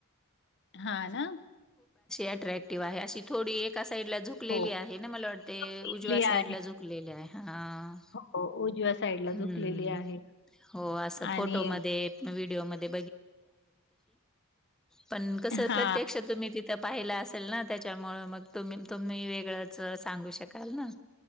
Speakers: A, on the left; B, in the centre.
A: हा ना
B: अट्रॅक्टिव आहे अशी थोडी एक साईड ला झुकलेली
A: हो.
B: आहे ना मला वाटते
A: झुकलेली
B: उजव्या साईड
A: आहे
B: ला झुकलेली आहे हा
A: हो उजव्या साईडला
B: ्
A: झुकलेली आहे.
B: हो अस
A: आणि
B: फोटोमध्ये व्हडिओमध्ये पण क
A: हा
B: प्र्य त त पाहिलं असेल ना त्याच्यामुळं मग तुम्ही तुम्ही वेगळंच सांगू शकाल ना